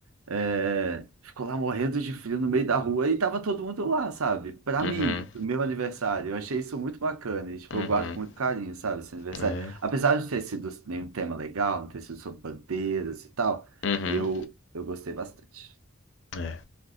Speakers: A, on the right; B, on the left.
A: é, ficou lá morrendo de frio no meio da rua e tava todo mundo lá, sabe? Pra mim,
B: Uhum.
A: do meu aniversário, eu achei isso muito bacana e, tipo,
B: Uhum.
A: eu guardo com muito carinho, sabe, esse aniversário.
B: É.
A: Apesar de não ter sido nenhum tema legal, não ter sido sobre bandeiras e tal,
B: Uhum.
A: eu, eu gostei bastante.
B: É,